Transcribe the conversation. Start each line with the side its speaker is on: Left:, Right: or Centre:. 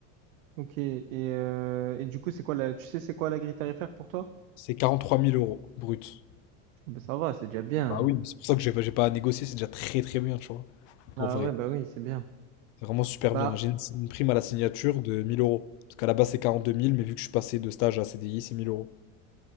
Right: Ok, et, euh, et du coup, c'est quoi la... tu sais c'est quoi la grille tarifaire pour toi?
Left: C'est 43 000 euros brut.
Right: Ben, ça va, c'est déjà bien.
Left: Bah oui, c'est pour ça que j'ai pas, j'ai pas à négocier, c'est déjà très très bien, tu vois.
Right: Ah
Left: En vrai,
Right: ouais, bah oui, c'est bien.
Left: c'est vraiment super
Right: Bah,
Left: bien. J'ai une, une prime à la signature de 1000 euros. Parce qu'à la base, c'est quarante-deux mille, mais vu que je suis passé de stage à CDI, c'est mille euros.